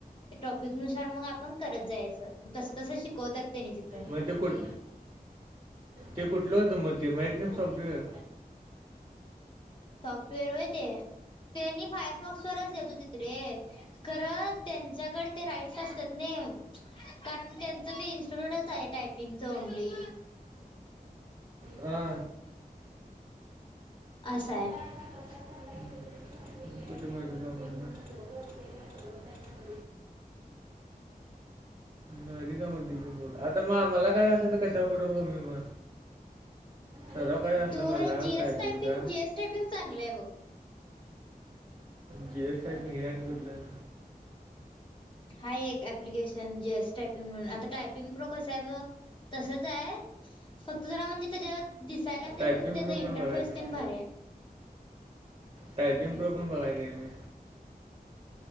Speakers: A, on the left; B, on the right.
A: ते टॉपिक नुसार मग आपण करत जायाचं,, तसं तस शिकवतात त्यांनी तिथं
B: मग ते कुठ, ते कुठलं होतं मग ते माहीत नाही सॉफ्टवेअर?
A: सॉफ्टवेअर वय ते, त्यांनी फायरफॉक्स वरच देत हुतित रे. खरं त्यांच्याकडं ते राईटस असत्यात नाई. कारण त्यांचं ते इन्स्टिट्यूटच आहे टायपिंगच ओन्ली.
B: हा.
A: असंय.
B: <unintelligible> कुठ मारगी का पनणार <unintelligible> मग कामत. <unintelligible> आता म मला काय असलं तर कशा करु मी मग, सराव पाहिजे असला
A: तू
B: मला
A: जीएस
B: टायपिंगचा.
A: टायपिंग जीएस -टायपिंग चांगलंय बघ.
B: जी एस टाईपिंग हे आणि कुठलं.?
A: हाय एक ऍप्लिकेशन जी एस टायपिंग म्हणून,, आता टायपिंग प्रो कसं हाय ब,, तसंच हाय फक्त जरा म्हणजे त्याच्यात दिसायला तेन,
B: टायपिंग
A: त्याचा
B: प्रो
A: इंटरफेस
B: पण बघायला
A: तेन भारी आय.
B: टायपिंग प्रो पण बघाय नाही मी.